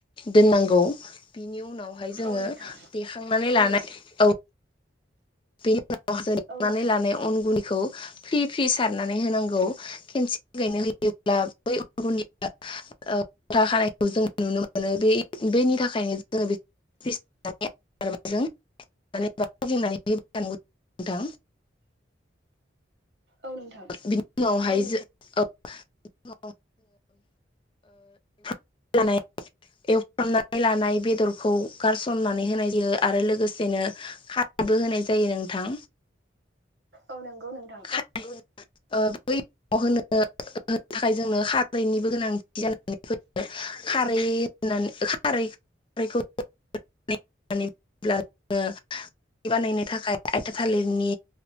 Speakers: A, on the left; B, on the right.
A: दोननांगौ बिनि उनावहाय जोङो
B: औ नोंथां
A: देखांनानै लानाय औ बेनि उनावहाय देखांनानै
B: औ नोंथां
A: लानाय अन गुन्दैखौ फ्रि फ्रि सारनानै होनांगौ। खेनसेयैनो होयोब्ला ओ बै गुन्दआ ओ खथा खानायखौ जों नुनो मोनो बे बैनि थाखायनो जोङो बे। <unintelligible>
B: औ नोंथां।
A: बिनि उनावहाय जो ओ। <unintelligible> एवफ्रामनाय लानाय बेदरखौ गारसननानै होनाय जायो आरो लोगोसेनो। खारबो होनाय जायो नोंथां।
B: औ नंगौ नोंथां।
A: नोंगौ नोथां ओइ बै। होनो होनो थाखाय जोंनो खारैनिबो गोनांथि जानानै फैयो खारै। <unintelligible> बानायनो थाखाय आयथिया थालिरनि